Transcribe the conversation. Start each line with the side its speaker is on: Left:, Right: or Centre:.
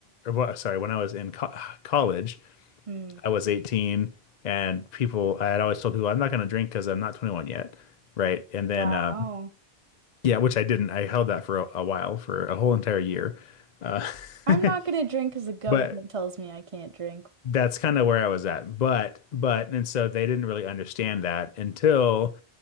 Left: or what, sorry, when I was in co <sighs> college,
Right: Mm.
Left: I was 18 and people, I had always told people, I'm not going to drink because I'm not 21 yet. Right. And then,
Right: Wow.
Left: um, yeah, which I didn't. I held that for a, a while, for a whole entire year. Uh, <laughs>
Right: I'm not gonna drink because the government
Left: but
Right: tells me I can't drink.
Left: that's kind of where I was at. But, but, and so they didn't really understand that until